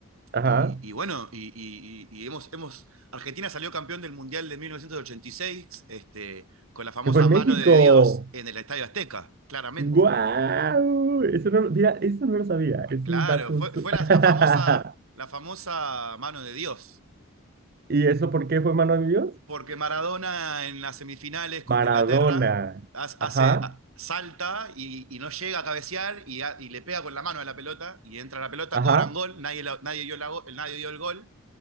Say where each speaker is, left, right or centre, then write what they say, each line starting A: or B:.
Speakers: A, on the right; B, on the right.
A: Ajá,
B: Y, y bueno, y, y- y- y hemos, hemos, Argentina salió campeón del Mundial de 1986, este, con la famosa
A: que fue en
B: mano
A: México.
B: de Dios en el Estadio Azteca, claramente.
A: ¡Guau! Eso no, lo- mira, eso no lo sabía. Es
B: Claro,
A: un dato.
B: fue,
A: su-
B: fue la,
A: <laughs>
B: la famosa, la famosa mano de Dios.
A: ¿Y eso por qué fue mano de Dios?
B: Porque Maradona en las semifinales contra
A: Maradona.
B: Inglaterra hace,
A: Ajá,
B: salta y, y no llega a cabecear y, a- y le pega con la mano a la pelota y entra la pelota,
A: ajá,
B: cobran gol, nadie, la- nadie, dio, la nadie dio el gol